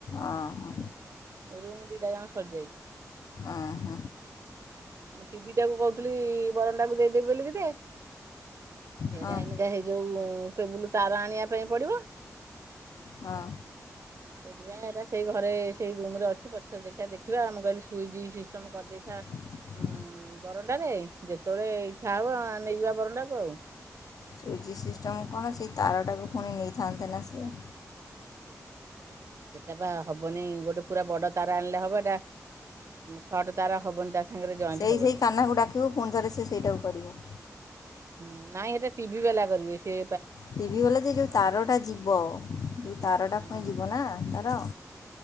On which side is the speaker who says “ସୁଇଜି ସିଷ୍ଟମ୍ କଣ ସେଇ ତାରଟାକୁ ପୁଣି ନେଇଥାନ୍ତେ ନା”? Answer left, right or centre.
Left